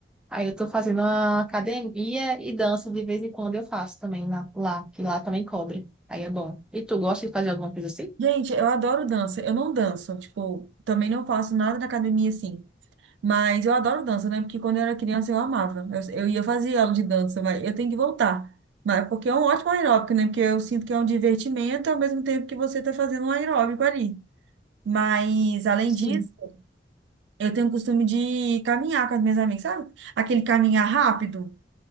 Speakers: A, in the centre; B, on the right (about 80°).
A: Aí eu tô fazendo uma academia e dança de vez em quando eu faço também lá, lá, que lá também cobre. Aí é bom. E tu gosta de fazer alguma coisa assim?
B: Gente, eu adoro dança. Eu não danço, tipo, também não faço nada na academia assim. Mas eu adoro dança, né? Porque quando eu era criança eu amava. Eu, eu ia fazer aula de dança, mas eu tenho que voltar. Mas porque é um ótimo aeróbico, né? Porque eu sinto que é um divertimento ao mesmo tempo que você está fazendo um aeróbico ali. Mas, além
A: Sim.
B: disso, eu tenho o costume de caminhar com as minhas amigas, sabe? Aquele caminhar rápido.